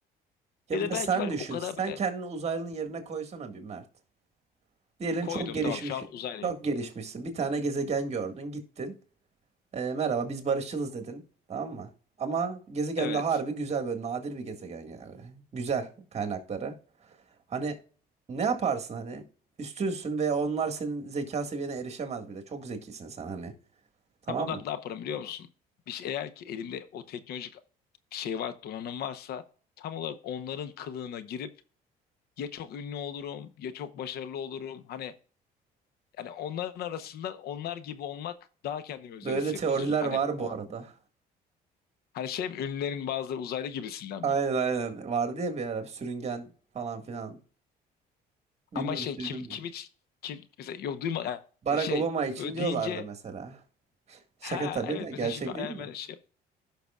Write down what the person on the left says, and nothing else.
ya
da
belki
var ya
o kadar
böyle
Koydum
tamam şu an uzaylıyım.
Evet.
Tam olarak
ne yaparım biliyor musun? Bir şey, eğer ki elimde o teknolojik şey var, donanım varsa tam olarak onların kılığına girip ya çok ünlü olurum ya çok başarılı olurum. Hani yani onların arasında onlar gibi olmak daha kendimi özel
hissettirir.
Hani
o
hani şey mi, ünlülerin bazıları uzaylı gibisinden
mi?
Ama şey
kim
kim hiç kim mesela yok duyma
yani şey
öyle
deyince
ha
evet
mesela şimdi hayal-
ben şey